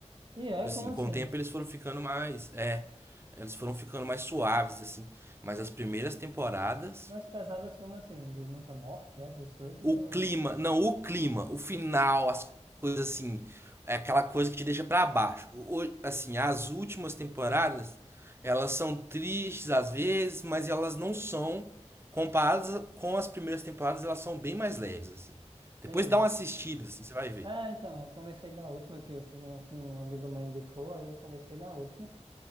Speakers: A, on the right (about 40°); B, on the right (about 20°).
A: E é,
B: Tipo assim,
A: como assim?
B: com o tempo eles foram ficando mais. É. Eles foram ficando mais suaves, assim. Mas as primeiras temporadas.
A: Mais pesadas como assim? De muita morte, essas coisas?
B: O
A: Ou...
B: clima, não, o clima, o final, as coisas assim, é aquela coisa que te deixa pra baixo. O- o- assim, as últimas temporadas, elas são tristes às vezes, mas elas não são comparadas a- com as primeiras temporadas, elas são bem mais leves assim. Depois
A: Entendi.
B: dá uma assistida assim, você vai ver.
A: Ah, então, eu comecei na última, que eu fui- um, um amigo meu indicou, aí eu comecei na última.